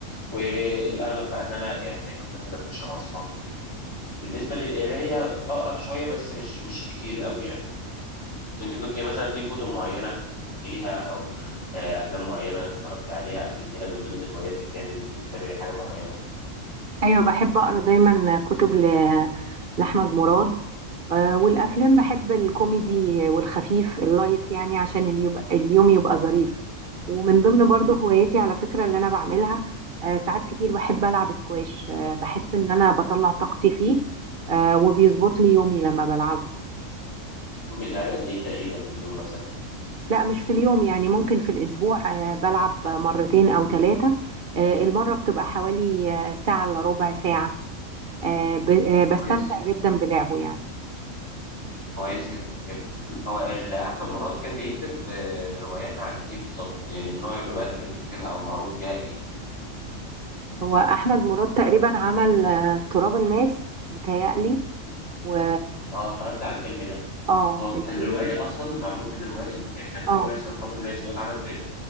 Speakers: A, on the left; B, on the right.
A: والاغلب بقى ان انا يعني دايما بنزل اتمشى مع اصحابي وكده بالنسبه للقرايه بقرا شويه بس مش مش كتير قوي يعني انت كنت مثلا في كتب معينة بتحبيها او آه، افلام معينة اتفرجت عليها قبل كده من ضمن هواياتك يعني ان انت بتتابعي حاجة معينة
B: ايوه بحب اقرا دايما كتب ل... لاحمد مراد آه، والافلام بحب الكوميدي والخفيف اللايت يعني عشان اللي يبقى اليوم يبقى ظريف ومن ضمن برضه هواياتي على فكره اللي انا بعملها آه، ساعات كتير بحب العب سكواش آه، بحس ان انا بطلع طاقتي فيه آه، وبيظبط لي يومي لما بلعبه
A: بتلعبي قد ايه تقريبا في اليوم مثلا
B: لا مش في اليوم يعني ممكن في الاسبوع آه، بلعب مرتين او ثلاثه المره بتبقى حوالي آه، ساعه الا ربع ساعه آه، ب- آه،
A: طب
B: بستمتع
A: كويس كده
B: جدا بلعبه يعني
A: كويس كده بجد هو ال- احمد مراد كان بيكتب آه، روايات عن ايه بالظبط يعني نوع الروايات اللي بيكتبها او معروف بيها ايه
B: هو احمد مراد تقريبا عمل آه، تراب الماس متهيألي و
A: اه اتفرجت على الفيلم ده
B: اه
A: هو
B: الفيلم
A: كان رواية أصلا معمول من رواية يعني كان
B: اه
A: في رواية اسمها تراب الماس وهو اتعمل فيلم